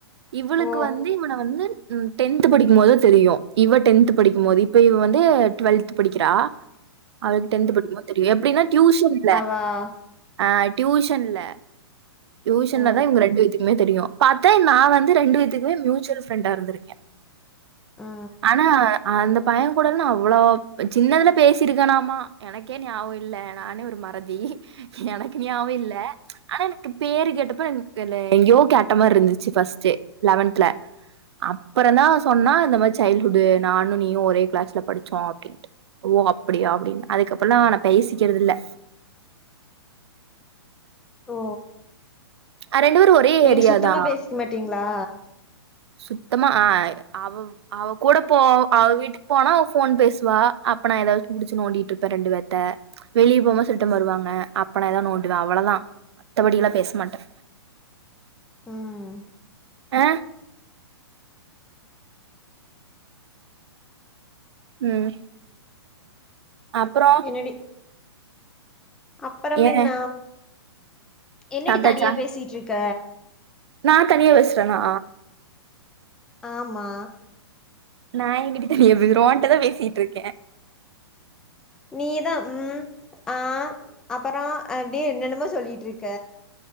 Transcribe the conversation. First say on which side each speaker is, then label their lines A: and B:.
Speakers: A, on the right; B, in the centre.
A: இவளுக்கு
B: ஓ
A: வந்து இவன வந்து ம் டென்த் படிக்கும் போதா தெரியும் இவ டென்த் படிக்கும்போது இப்ப இவ வந்து டுவெல்த் படிக்கிறா அவளுக்கு டென்த் படிக்குமோ தெரியும் எப்டின்னா டியூஷன்ல
B: ஆ
A: ஆ டியூஷன்ல டியூஷன்லதா
B: ஓ
A: இவங்க ரெண்டு பேத்துக்கு ம்மே தெரியும் பாத்தா நா வந்து ரெண்டு பேத்துக்குமே மியூச்சுவல் ப்ஃரெண்டா இருந்திருக்கே
B: ஆ
A: ஆனா அந்த பையே கூடல அவ்வளோ சின்னதுல பேசிருக்கனாமா எனக்கே ஞாபகம் இல்ல நானே ஒரு மறதி எனக்கு ஞாவம் இல்ல ஆனா எனக்கு பேரு கேட்டப்ப எனக்கு தெரியல எங்கயோ கேட்ட மாரி இருந்துச்சு ஃபஸ்டு லெவன்த்ல அப்றோ தா சொன்னா இந்த மாரி சைல்டுவுட் நானும் நீயு ஒரே கிளாஸ்ல படிச்சோ அப்டின்ட்டு ஓ அப்படியா அப்டின்னு அதுக்கப்றோல்லா ஆனா பேசிக்கிறதுல்ல
B: ஓ
A: ஆ ரெண்டு பேரு ஒரே
B: நீங்க
A: ஏரியாதா
B: சுத்தமா பேசிக்க மாட்டீங்களா
A: சுத்தமா ஆ அவ அவ கூட போ அவ வீட்டுக்கு போனா அவ போன் பேசுவா அப்ப நா ஏதாச்சும் புடிச்சு நோண்டிட்டு இருப்பே ரெண்டு பேத்த வெளிய போனா சில டைம் வருவாங்க அப்ப நா ஏதாவது நோண்டுவே அவ்ளதா மத்தபடி எல்லா பேசமாட்டே
B: ம்
A: ஆ ம் அப்பறோ
B: என்னடி அப்பறம்
A: ஏ
B: என்ன என்னடி
A: சாப்ட்டாச்சா
B: தனியா பேசிட்டு இருக்க
A: நா தனியா பேசுறனா
B: ஆமா
A: நா எங்கடி தனியா பேசுறே ஊன்ட தா பேசிட்டு இருக்கே
B: நீதா ம் ஆ அப்பறோ அப்டி என்னென்னமோ சொல்லிட்டு இருக்க